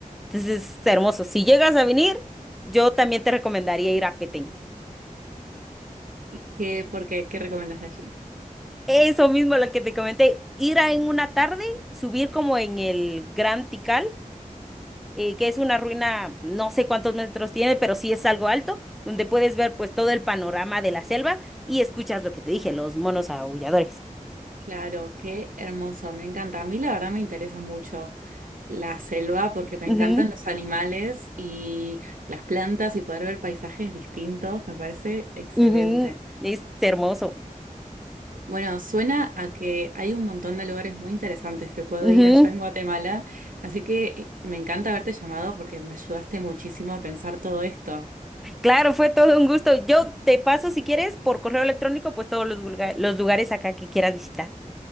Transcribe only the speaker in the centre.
Entonces, es hermoso. Si llegas a venir, yo también te recomendaría ir a Petén.
Eso mismo lo que te comenté, ir a en una tarde, subir como en el Gran Tikal eh, que es una ruina, no sé cuántos metros tiene, pero sí es algo alto, donde puedes ver pues todo el panorama de la selva y escuchas lo que te dije, los monos aulladores.
Ujú,
ujú, es hermoso.
Ujú.
Claro, fue todo un gusto. Yo te paso, si quieres, por correo electrónico, pues todos los, lugar- los lugares acá que quieras visitar.